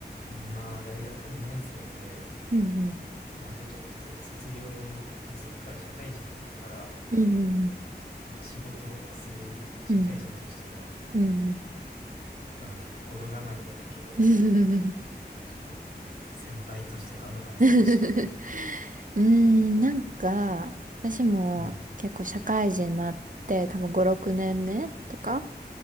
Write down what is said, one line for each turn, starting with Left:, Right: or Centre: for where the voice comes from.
Left: 今、大学2年生で、
Right: うんうん。
Left: もうあとちょっとで卒業でそっから社会人になるから、
Right: うん
Left: なんか仕事する社会人としての、
Right: うんうん。うんうん。
Left: まあなんか心構えじゃないけど、
Right: うん、
Left: ちょっと先輩としてのアドバイス欲しいな。
Right: <laughs> うーんなんか、私も結構社会人になって多分5、
Left: うん。
Right: 6年目とか